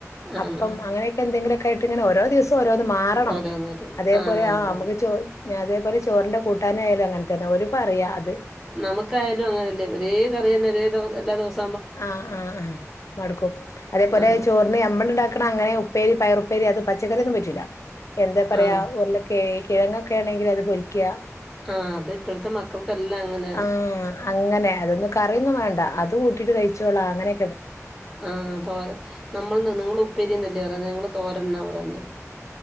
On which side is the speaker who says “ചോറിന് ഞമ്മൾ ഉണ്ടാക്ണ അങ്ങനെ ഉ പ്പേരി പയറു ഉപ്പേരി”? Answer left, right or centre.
Left